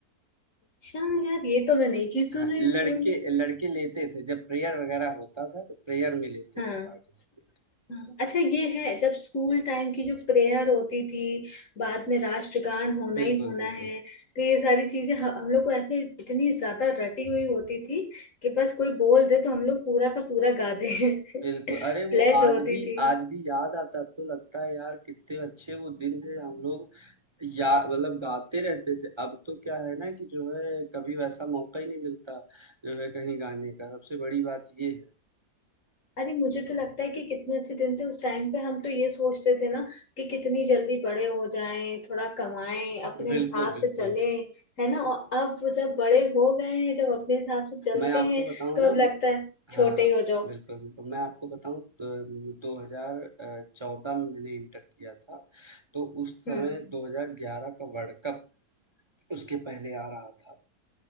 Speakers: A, on the left (about 55°); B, on the right (about 30°).
A: अच्छा यार ये तो मैं नई चीज सुन
B: थे हाँ
A: रही
B: लड़के
A: हूँ स्कूल में
B: लड़के लेते थे जब प्रेयर वगैरह होता था तो प्रेयर में लेते
A: हाँ
B: थे पार्टिसिपेट
A: हाँ अच्छा ये है जब स्कूल टाइम की जो प्रेयर होती थी बाद में राष्ट्रगान होना
B: बिल्कुल
A: ही होना
B: बिल्कुल
A: है तो ये सारी चीजें ह- हम लोग को ऐसे इतनी ज्यादा रटी हुई होती थी कि बस कोई बोल दे तो हम लोग पूरा का पूरा गा दे <laughs>
B: बिल्कुल
A: प्लेज
B: अरे वो आज
A: होती
B: भी
A: थी
B: आज भी याद आता है, अब तो लगता है यार कितने अच्छे वो दिन थे हम लोग या मतलब गाते रहते थे अब तो क्या है ना कि जो है कभी वैसा मौका ही नहीं मिलता जो है कहीं गाने का सबसे बड़ी बात ये
A: अरे मुझे तो लगता है कि कितने अच्छे दिन थे उस टाइम पे हम तो ये सोचते थे ना कि कितनी जल्दी बड़े हो जाएं थोड़ा कमाएं अपने
B: है बिल्कुल
A: हिसाब
B: बिल्कुल
A: से चले है ना और अब वो जब बड़े हो गए हैं जब अपने हिसाब से चलते
B: मैं आपको
A: हैं
B: बताऊं
A: तो
B: ना
A: अब लगता है छोटे
B: हाँ
A: ही हो जाओ
B: बिल्कुल बिल्कुल मैं आपको बताऊं दो हजार चौदह में मैंने इंटर किया था तो उस समय
A: हम्म
B: 2011 का वर्ल्ड कप उसके पहले आ रहा था